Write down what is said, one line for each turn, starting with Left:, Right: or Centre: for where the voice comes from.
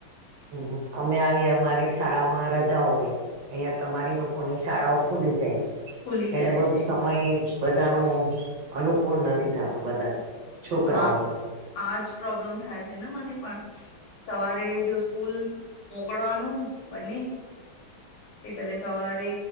Right: હ અમે આવીએ અમારી શાળા માં રજાઓ હોય અહિયાં તમારી લોકોની શાળાઓ ખુલી જાય
Left: ખુલી
Right: એટલે
Left: જાય
Right: બધું
Left: છે
Right: સમય બધાનું અનુકૂળ નથી થતું બધા છોકરાઓ
Left: હા આજ પ્રોબ્લેમ થાય છે ને મને પણ સવારે જો સ્કૂલ મોકલવાનું બને તે પહેલા સવારે